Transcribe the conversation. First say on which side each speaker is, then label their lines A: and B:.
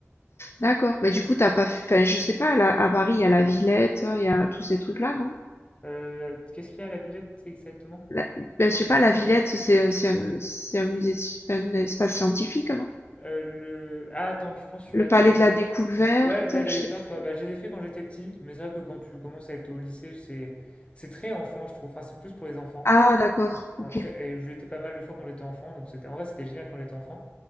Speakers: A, on the left; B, on the left.
A: D'accord. Mais du coup, t'as pas, fait. enfin, je sais pas, à, la- à Paris, il y a la Villette, il y a tous ces trucs-là, non?
B: Euh, qu'est-ce qu'il y a à la Villette exactement?
A: La- Ben, je sais pas, la Villette, c'est un, c'est un, c'est un musée, sci- un espace scientifique, non?
B: Euh, le... Ah, attends, je pense que je
A: Le
B: vois
A: Palais
B: de tu parles.
A: de la Découverte,
B: Ouais, le palais de
A: je
B: la
A: sais
B: découverte,
A: plus.
B: ouais, bah, je les ai fait quand j'étais petit, mais c'est vrai que quand tu commences à être au lycée, c'est c'est très enfant, je trouve. Enfin, c'est plus pour les enfants.
A: Ah, d'accord. Ok.
B: Après, et j'y étais pas mal de fois quand j'étais enfant, donc c'était en vrai, c'était génial quand j'étais enfant.